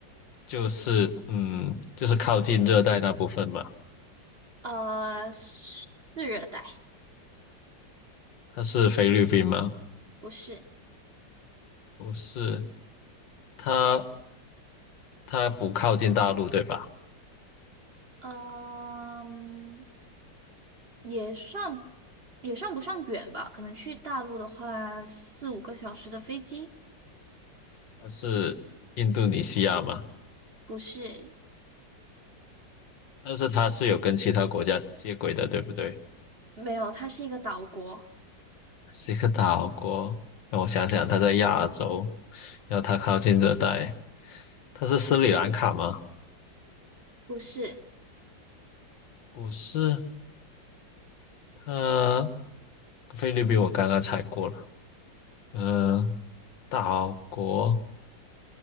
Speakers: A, on the left (about 80°); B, on the right (about 40°).
A: 就是嗯，就是靠近热带那部分嘛。
B: 呃是热带，
A: 他是菲律宾吗？
B: 不是，
A: 不是，他他不靠近大陆对吧？
B: 嗯、也算也算不上远吧，可能去大陆的话四五个小时的飞机，
A: 他是印度尼西亚吗？
B: 不是，
A: 但是它是有跟其他国家接轨的，对不对？
B: 没有，它是一个岛国，
A: 是一个岛国。让我想想，它在亚洲，然后它靠近热带，它是斯里兰卡吗？
B: 不是
A: 不是，呃，菲律宾我刚刚猜过了，嗯、岛国，